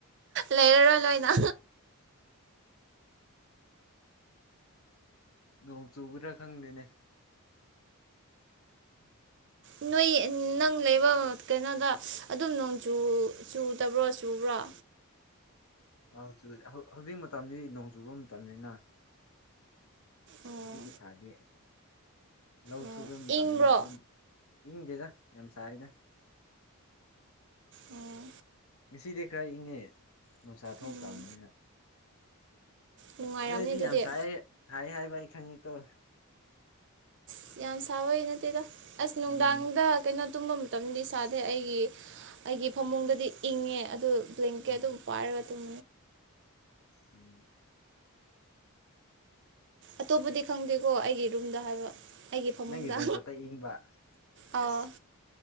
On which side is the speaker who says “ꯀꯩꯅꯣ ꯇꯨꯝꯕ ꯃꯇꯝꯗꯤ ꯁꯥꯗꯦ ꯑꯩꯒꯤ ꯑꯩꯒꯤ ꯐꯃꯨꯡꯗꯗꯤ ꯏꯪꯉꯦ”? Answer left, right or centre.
Right